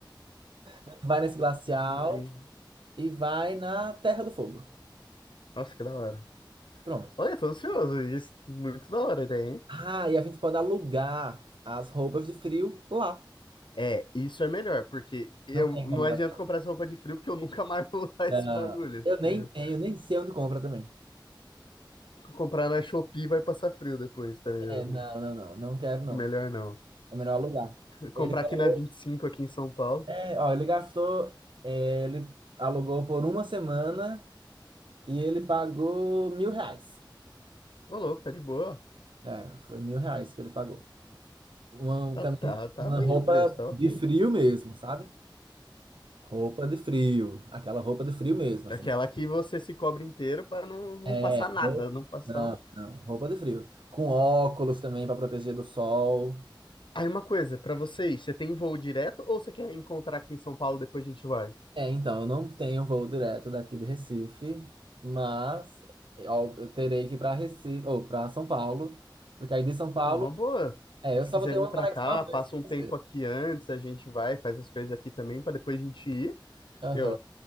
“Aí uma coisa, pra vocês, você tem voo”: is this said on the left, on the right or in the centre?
Left